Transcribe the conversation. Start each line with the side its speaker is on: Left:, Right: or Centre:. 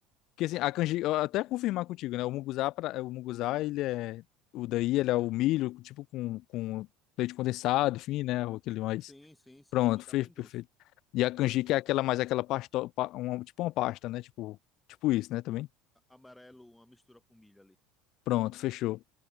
Left: Porque assim, a canjica, eu até confirmar contigo, né, o munguzá, pra, o munguzá, ele é... O daí, ele é o milho, tipo, com, com leite condensado, enfim, né, ou aquele mais...
Centre: Sim, sim, sim,
Left: Pronto,
Centre: fica
Left: fez,
Centre: bem
Left: perfeito.
Centre: doce.
Left: E a canjica é aquela mais aquela pasta, pa- uma- tipo uma pasta, né, tipo, tipo isso, né, também.
Centre: A- Amarelo, uma mistura com milho ali.
Left: Pronto, fechou.